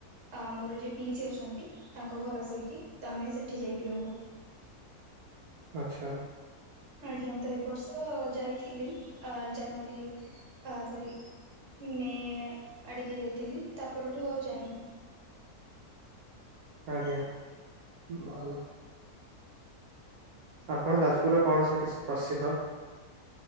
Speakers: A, on the right (about 55°); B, on the right (about 75°).
A: ଆ ମୋର ଯିଏ ପିଇସି ଅଛନ୍ତି। ତାଙ୍କ ଘର ସେଇଠି ତ ଆମେ ସେଠି ଯାଇକି ରହୁ।
B: ଆଚ୍ଛା।
A: ଆଜ୍ଞା। ମୁଁ, ତ ଏ ବର୍ଷ ଯାଇଥିଲି ଆ ଜାନୁଆରୀ ଆ ସରି ମେ ଆଡ଼ିକି ଯାଇଥିଲି। ତା ପରଠୁ ଆଉ ଯାଇନି।
B: ଆଜ୍ଞା। ଭଲ <inaudible> ଆପଣ ଯାଜପୁର୍ରେ କଣ ସେଠି ପ୍ରସିଦ୍ଧ?